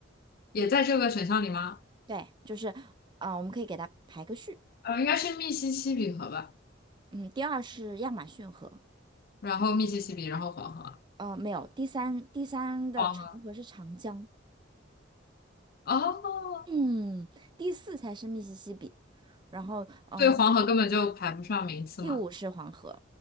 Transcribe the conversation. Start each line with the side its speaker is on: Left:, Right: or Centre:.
Left: 也在这个选项里吗？
Right: 对，就是，呃，我们可以给它排个序。
Left: 呃，应该是密西西比河吧，
Right: 嗯，第二是亚马逊河。
Left: 然后密西西比，然后黄河，
Right: 呃，没有，第三第三的长河是长江，
Left: 黄河。哦，
Right: 嗯，第四才是密西西比，然后呃，
Left: 对，黄河根本就排不上名次嘛。
Right: 第五是黄河，